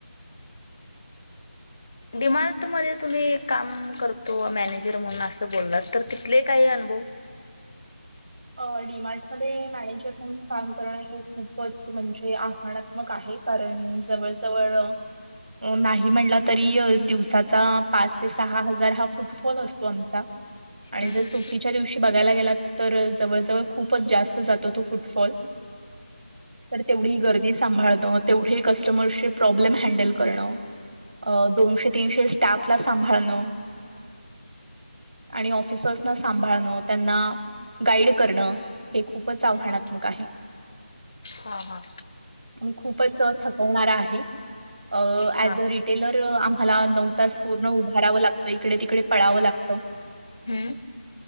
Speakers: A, on the left; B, on the right.
A: डिमार्ट मध्ये तुम्ही काम करतो मॅनेजर म्हणून, असं बोललात तर तिथले काही अनुभव
B: अ डीमार्ट मध्ये मॅनेजर म्हणून काम करणं हे खूपच म्हणजे आव्हानात्मक आहे कारण जवळ जवळ नाही म्हटला तरी दिवसाचा पाच ते सहा हजार हा फुटफॉल असतो आमचा, आणि
A: हम्म
B: जर सुटीच्या दिवशी बघयला गेला तर, जवळ जवळ खूपच जास्त जात होतो. फुटफॉल तर तेवढी गर्दी सांभाळण तेवढे कस्टमर्सचे प्रॉब्लेम हँडल करणं, दोनशे तीनशे स्टाफला सांभाळणं आणि ऑफिसर्सना सांभाळण त्यांना गाईड करणं हे खूपच
A: हम्म
B: आव्हानात्मक आहे.
A: हा हा.
B: मी खूपच थकवणार आहे. अ
A: हा.
B: ऍज अ रिटेलर आम्हाला नऊ तास पूर्ण उभारावं लागतं, इकडे तिकडे पळावं लागतं.
A: हम्म